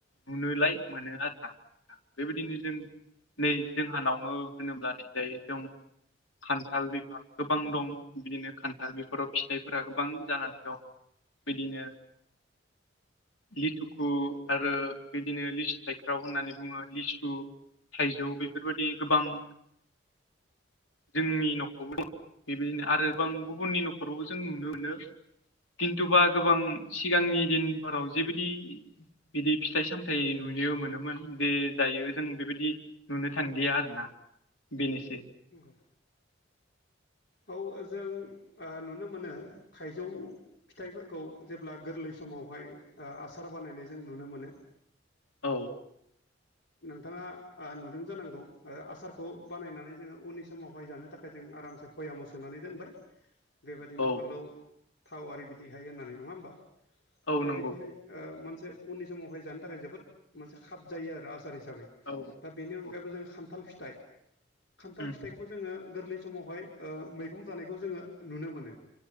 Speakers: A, on the left; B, on the left.
A: नुनोलाय मोनो आरोना‌। बेबायदिनो जों नै जोंहानावनो होनोब्ला नैजाय जों <unintelligible> खान्थाल बिफां गोबां दं बिदिनो खान्थाल बेफोराव फिथाइफोरा गोबां जानानै दं। बिदिनो लिथुखु आरो बिदिनो लिसु थाइख्राव होननानै बुङो लिसु थाइजौ बेफोरबायदि गोबां जोंनि न'खरावबो <unintelligible> बेबायदिनो आरोबां गुबुननि नखरावबो जों नुनो मोनो। दिनतु बा गोबां सिगांनि दिनफोराव जिबादि बिदि फिथाइ सामथाइ नुनो मोनोमोन बे दायो जों बेबादि नुनो थांलिया आरोना। बेनोसै
B: नंगौ औ जों ओ नुनो मोनो थाइजौ फिथाइफोरखौ जेब्ला गोरलै समावहाय ओ आसार बानायनाय जों नुनो मोनो।
A: औ
B: नोंथाङा ओ नुदों जानांगौ ओ आसारखौ बानायनानै जोङो उननि समावहाय जानो थाखाय जों आरामसे भोयामाव सोनानै दोनबाय। बेबायदिनो
A: औ
B: फालौ थाव आरि बिदिहाय होननानै नङा ओमबा
A: औ
B: दा
A: नंगौ
B: बिदिहाय ओ मोनसे उननि समावहाय जानो थाखाय जोबोद मोनसे खाब जायो आरो आसार हिसाबै
A: औ नंगौ
B: दा बेनि अनगायैबो जोङो खान्थाल फिथाइ खान्थाल
A: उम
B: फिथाइखौबो जोङो गोरलै समावहाय ओ मैगं जानायखौ जोङो नुनो मोनो